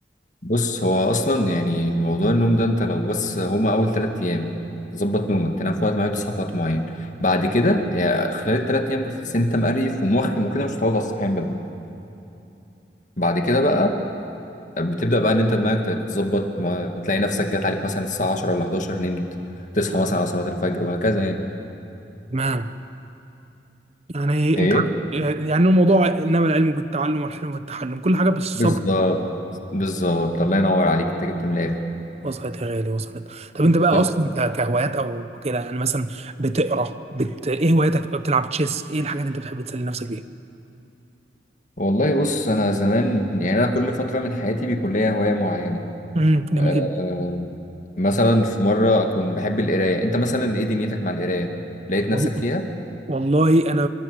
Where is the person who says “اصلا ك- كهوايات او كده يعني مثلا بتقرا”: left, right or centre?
Right